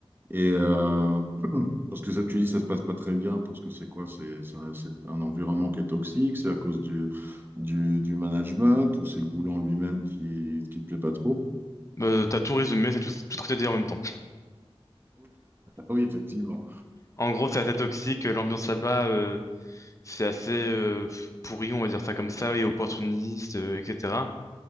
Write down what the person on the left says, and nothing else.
Euh, t'as tout résumé, c'est tout, tout ce que t'as dit en même temps.
En gros, c'est assez toxique, euh, l'ambiance là-bas, euh, c'est assez euh, pourri, on va dire ça comme ça, et opportuniste, euh, etc.